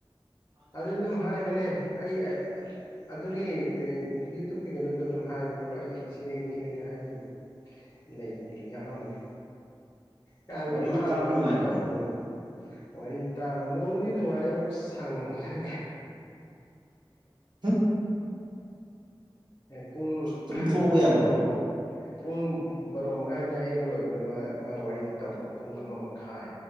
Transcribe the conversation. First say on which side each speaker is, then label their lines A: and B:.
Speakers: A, on the left; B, on the right.
A: ꯑꯗꯨ ꯑꯗꯨꯝ ꯍꯥꯏꯕꯅꯦ ꯑꯩ ꯑꯗꯨꯒꯤ ꯌꯨꯇꯨꯞꯀꯤ ꯀꯩꯅꯣꯗꯣ ꯑꯗꯨꯝ ꯍꯥꯏꯕꯅꯦꯕ ꯑꯩ ꯁꯤꯗꯩꯅꯤ ꯁꯤꯗꯩꯅꯤ ꯍꯥꯏ ꯍꯥꯏꯈꯤꯕꯅꯤ ꯂꯩ ꯌꯥꯎꯔꯝꯕꯅꯤ ꯌꯥꯔꯒꯤꯦ
B: ꯋꯥꯔꯤꯗꯣ
A: ꯃꯥ
B: ꯇꯥꯕ
A: ꯋꯥꯔꯒꯇꯣ
B: ꯅꯨꯡꯉꯥꯏꯕ꯭ꯔꯣ
A: ꯑꯣꯏ ꯋꯥꯔꯤ ꯇꯥꯕ ꯅꯅꯨꯡꯗꯤ ꯅꯨꯡꯉꯥꯏ ꯑꯁ ꯁꯥꯡꯃꯟꯗꯅ
B: ꯍꯥ
A: ꯄꯨꯡ
B: ꯇꯨꯝꯊꯣꯛꯎ
A: ꯄꯨꯡ
B: ꯌꯥꯗ꯭ꯔꯣ
A: ꯕꯥꯔꯣ ꯑꯃꯨ ꯄꯨꯡ ꯕꯥꯔꯣ ꯃꯈꯥꯏꯗꯋꯥꯏ ꯍꯦꯛ ꯂꯣꯏꯕꯗ ꯃꯥ ꯃꯥ ꯋꯥꯔꯤ ꯇꯧꯕꯗ ꯄꯨꯡ ꯑꯃ ꯃꯈꯥꯏ